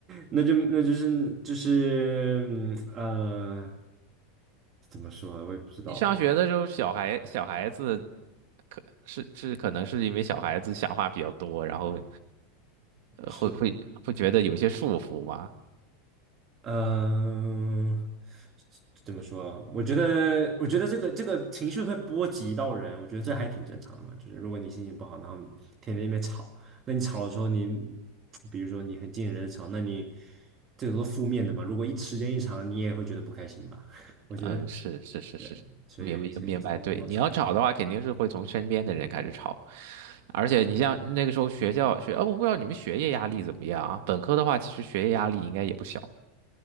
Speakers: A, on the right; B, on the right.
A: 那就那就是就是嗯呃，怎么说啊？我也不知道啊，
B: 你上学的时候，小孩小孩子可是是可能是因为小孩子想法比较多，然后呃会会会觉得有些束缚吗？
A: 是嗯、呃怎么说啊？我觉得我觉得这个这个情绪会波及到人，我觉得这还挺正常的嘛。就是如果你心情不好，然后你天天在那边吵，那你吵的时候你，比如说你很近人的吵，那你这个都是负面的嘛。如果一时间一长，你也会觉得不开心吧？<laughs> 我觉得
B: 嗯，是是是是，
A: 对，所以所以这种这种传。
B: 明白明白。对，你要吵的话，肯定是会从身边的人开始吵，而且你像那个时候学校学，哦，我不知道你们学业压力怎么样啊？本科的话，其实学业压力应该也不小。